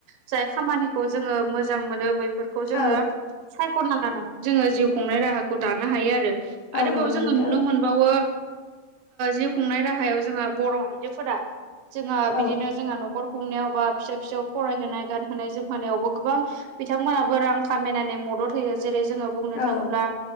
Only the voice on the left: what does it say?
औ
औ
नंगौ
नोंथां
औ
औ